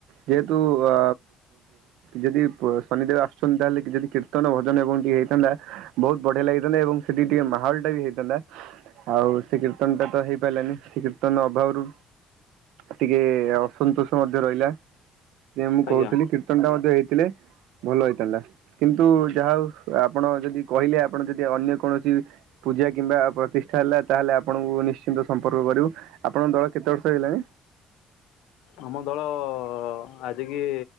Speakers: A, on the right; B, on the left.
A: ଯେହେତୁ ଆ ଯଦି ଶନିଦେବ ଆସୁଛନ୍ତି ତାହାଲେ ଯଦି କୀର୍ତ୍ତନ ଭଜନ ଏବଂ ଟିକେ ଥାନ୍ତା ବହୁତ ବଢିଆ ଲାଗିଥାନ୍ତା ଏବଂ ସେଠି ଟିକେ ମାହୋଲ ଟା ବି ହେଇଥାନ୍ତା ଆଉ ସେ କୀର୍ତ୍ତନ ଟା ତ ହେଇପାରିଲାନି ସେ କୀର୍ତ୍ତନ ଅଭାବରୁ ଟିକେ ଅସନ୍ତୋଷ ମଧ୍ୟ ରହିଲା। ଯେ ମୁଁ
B: ଆଜ୍ଞା
A: କହୁଥିଲି କୀର୍ତ୍ତନ ଟା ମଧ୍ୟ ହେଇଥିଲେ ଭଲ ହେଇଥାନ୍ତା କିନ୍ତୁ ଯାହାହଉ। ଆପଣ ଯଦି କହିଲେ ଆପଣ ଯଦି ଅନ୍ୟ କୌଣସି ପୂଜା କିମ୍ବା ପ୍ରତିଷ୍ଠା ହେଲା ତାହେଲେ ଆପଣଙ୍କୁ ନିଶ୍ଚିନ୍ତ ସମ୍ପର୍କ କରିବୁ ଆପଣଙ୍କ ଦଳ କେତେ ବର୍ଷ ହେଲାଣି?
B: ଆମ ଦଳ ଆଜିିକି